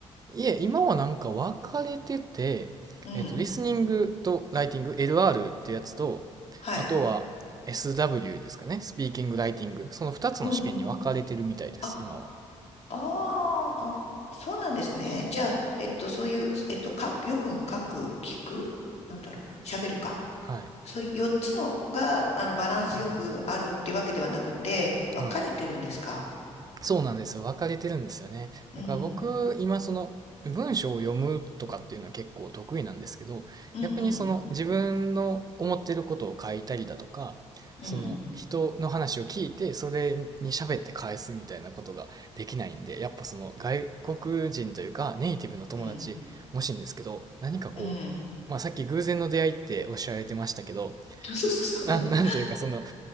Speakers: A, on the right; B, on the left.
A: いえ、今はなんか分かれてて、
B: うん。
A: えっと、リスニングとライティング、LR ってやつと、
B: はい。
A: あとは SW ですかね、スピーキング、ライティング、その2つの試験に分かれてるみたいです、
B: うんうん。あ、
A: 今は。
B: あーあ、そうなんですね。じゃあ、えっと、そういう、えっと、か、読む、書く、聞くなんだろう。喋るか。
A: はい。
B: そう、4つのが、あの、バランスよくあるってわけではなくて、分かれてるんですか
A: はい。そうなんですよ。分かれてるんですよね。
B: うん、
A: だから僕、今その文章を読むとかっていうのは結構得意なんですけど、
B: うん、
A: 逆にその自分の思ってることを書いたりだとか、
B: うん、
A: その人の話を聞いて、
B: うん、
A: それに喋って返すみたいなことができないんで、やっぱその外国人というかネイティブの友達欲しいんですけど、
B: うん、
A: 何かこう、
B: うん。
A: まあさっき偶然の出会いっておっしゃられてましたけど、
B: <laughs> そうそうそう、
A: なん、
B: うん。
A: <laughs> なんというかその